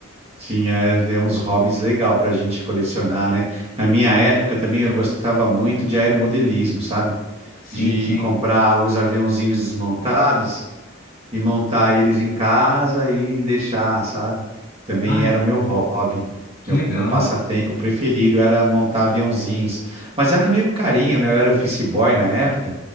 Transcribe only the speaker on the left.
Sim,
sim.
Ah,
que
legal.